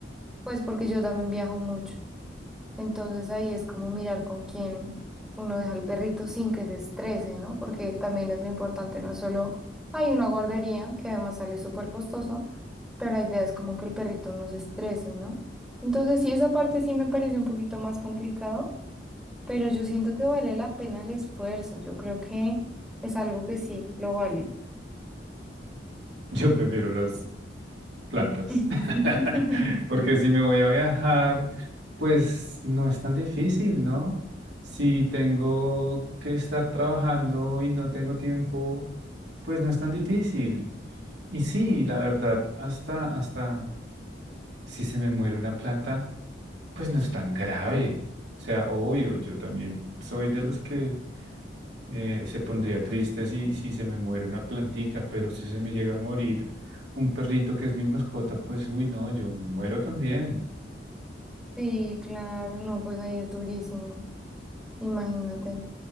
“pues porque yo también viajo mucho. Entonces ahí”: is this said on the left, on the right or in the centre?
Centre